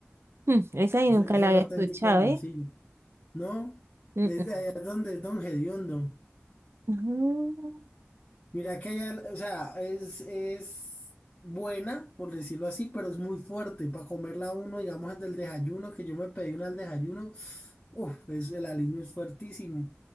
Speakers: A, on the right (about 70°); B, on the left (about 25°).
A: Mm, esa ahí
B: Es,
A: nunca
B: es
A: la
B: el
A: había
B: auténtico
A: escuchado,
B: morcillo.
A: ¿eh?
B: ¿No?
A: Mm,
B: Es,
A: mm.
B: allá es donde es Don Gediondo.
A: Ujú.
B: Mira que allá, o sea, es, es buena, por decirlo así, pero es muy fuerte. Para comerla uno, digamos, desde el desayuno, que yo me pedí una al desayuno, uff, es, el aliño es fuertísimo.